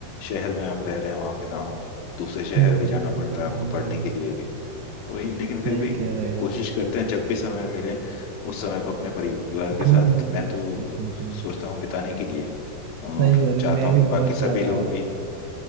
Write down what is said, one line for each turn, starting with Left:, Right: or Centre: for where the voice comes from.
Left: शहर में आप रह रहे हैं वहाँ पे ना हो दूसरे शहर
Right: हम्म
Left: भी जाना
Right: हम्म
Left: पड़ता
Right: हम्म
Left: है आपको
Right: हम्म,
Left: पढ़ने
Right: हम्म।
Left: के लिए भी तो वही लेकिन फिर
Right: सही
Left: भी
Right: कह रहे हो
Left: कोशिश
Right: हम्म
Left: करते हैं जब भी समय मिले उस समय को अपने परिवार
Right: हम्म,
Left: के साथ
Right: हम्म,
Left: मैं तो
Right: हम्म, हम्म, हम्म।
Left: सोचता हूँ बिताने के लिए और
Right: सही कह रहे
Left: चाहता
Right: हो मैं
Left: हूँ
Right: भी
Left: कि बाकी
Right: बहुत
Left: सभी
Right: ज्यादा
Left: लोग भी